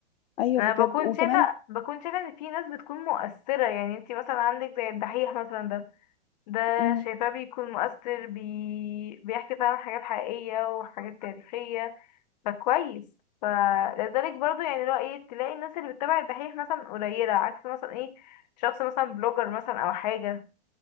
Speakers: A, on the left; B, on the left.
A: ايوه
B: انا
A: بجد
B: بكون
A: وكمان
B: شايفه بكون شايفه ان في ناس بتكون مؤثره يعني انتي مثلا عندك زي الدحيح مثلا ده ده
A: امم
B: شايفاه بيكون مؤثر بي... بيحكي فعلا حاجات حقيقية وحاجات تاريخية فكويس فلذلك برضو يعني اللي هو ايه تلاقي الناس اللي بتتابع الدحيح مثلا قليلة عكس مثلا ايه شخص مثلا بلوجر مثلا او حاجة